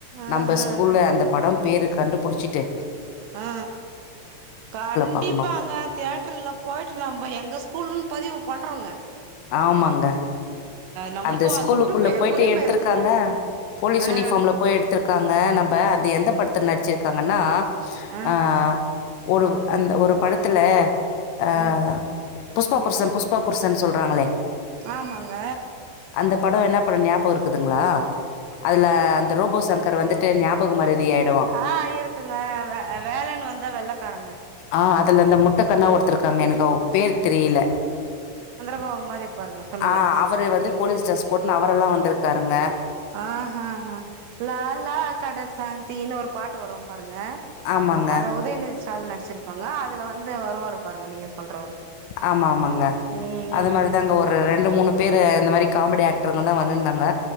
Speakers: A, on the right; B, on the left.
A: ஆ
B: நம்ம ஸ்கூல்ல
A: ஆ ஆ
B: அந்த படம் பேரு கண்டு புடிச்சிட்டு
A: ஆ கண்டிப்பாங்க
B: பார்க்கணுங்க
A: தியட்டர்ல போயிட்டு நம்ம எங்க ஸ் கூல்ன்னு பதிவு பண்ணுறோங்க
B: ஆமாங்க
A: நம்மளுக்கு
B: அந்த ஸ்கூலுக்குள்ள
A: அது உரிமை
B: போயிட்டு
A: உரிமை
B: எத்துருக்காங்க
A: இருக்குங்க
B: போலீஸ்
A: ஆ
B: யூனிஃபார்ம்ல போய் எடுத்திருக்காங்க நம்ம அந்த எந்த படத்து நடிச்சிருக்காங்கன்னா
A: ஆ
B: அ‌ ஒரு அந்த ஒரு படத்துல அ
A: ம்
B: புஷ்பா புர்சன் புஷ்பா புர்சன் சொல்றாங்களே
A: ஆமாங்க
B: அந்த படொ என்ன படொ ஞாபகம் இருக்குதுங்களா அதுல அந்த ரோபோ சங்கர் வந்துட்டு ஞாபகம்றுதிய ஆயிடுவான்
A: ஆ இருக்குங்க வே வேலன்னு வந்தா வெள்ளைக்காரங்க
B: ஆ அதுல இந்த முட்ட கண்ணா ஒருத்தருக்காங்க எனக்கு அவுங்க பேரு தெரியல
A: ப்பாவ மாரி பாருங்க சொல்லுங்க
B: ஆ அவர் வந்து போலீஸ் ட்ரஸ் போட்ன்னு அவரெல்லா வந்துருக்காருங்க
A: ஆஹஹ லாலா கடசாந்தின்னு ஒரு பாட்டு வரும் பா ருங்க
B: ஆமாங்க
A: அதை உதயநிதி ஸ்டாலின் நடிச்சிருப்பாங்க அதுல வந்து வருவாரு பாருங்க நீங்க சொல்றவரு
B: ஆமா ஆமாங்க
A: ம் ம்
B: அது மாதிரிதாங்க ஒரு ரெண்டு மூணு பேரு இந்த மாரி காமெடி ஆக்டருங்கதா வந்துருந்தா ங்க